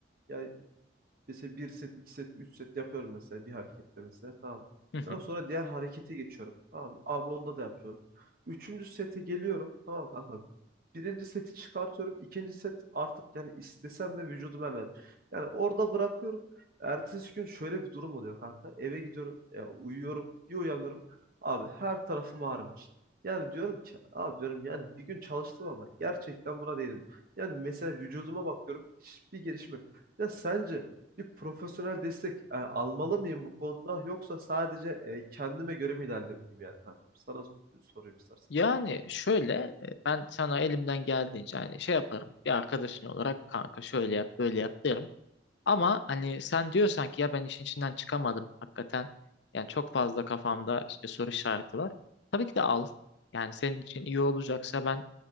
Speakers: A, on the right; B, on the left.
A: yani mesela bir set, iki set, üç set yapıyorum mesela bir harekette mesela. Tamam.
B: <laughs>
A: Daha sonra diğer harekete geçiyorum. Tamam. mı? Abi onda da yapıyorum. Üçüncü sete geliyorum. Tamam mı? kanka. Birinci seti çıkartıyorum. ikinci set artık yani istesem de vücudum el vermiyor. Yani orada bırakıyorum. Ertesi gün şöyle bir durum oluyor kanka. Eve gidiyorum. ya uyuyorum. Bir uyanıyorum. Abi her tarafım ağrımış. Yani diyorum ki abi diyorum yani bir gün çalıştım ama gerçekten buna değdim. Yani mesela vücuduma bakıyorum. Hiçbir gelişme yok. Ya sence bir profesyonel destek e, almalı mıyım bu konuda yoksa sadece e, kendime göre mi ilerlemeliyim yani kanka? Sana sorayım istersen.
B: Yani şöyle e, ben sana elimden geldiğince hani şey yaparım bir arkadaşın olarak kanka şöyle yap böyle yap derim. Ama hani sen diyorsan ki ya ben işin içinden çıkamadım hakikaten yani çok fazla kafamda işte soru işareti var. Tabii ki de al yani senin için iyi olacaksa ben